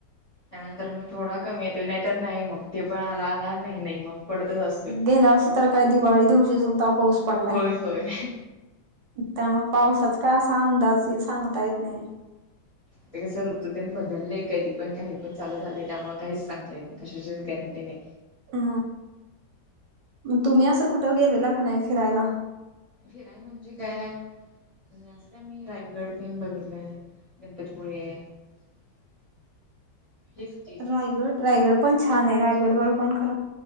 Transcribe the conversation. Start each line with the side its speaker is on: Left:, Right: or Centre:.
Left: त्यानंतर मग थोडा कमी येत. नाही तर नाही. मग तेव्हा आला नाही नाही. मग पडतच असतोय.
Right: गेल्या वर्षी तर काय! दिवाळी दिवशी सुद्धा पाऊस पडलाय.
Left: होय होय
Right: त्यामुळे पावसाचा काय असा अंदाज सांगता येत नाही.
Left: ते कसं! ऋतुजन बदललेय. कधी पण काही पण चालू झालेय. त्यामुळे काहीच सांगता येत नाही. कशाचीच गॅरेंटी नाही.
Right: अ तुम्ही असं कुठं गेलेला की नाही फिरायला?
Left: फिराय म्हणजे काय? अस काय मी रायगड काहीन बघितलंय. गणपतीपुळे <inaudible> हेच की
Right: रायगड रायगड पण छान आहे. रायगडवर
Left: छान आहे.
Right: पण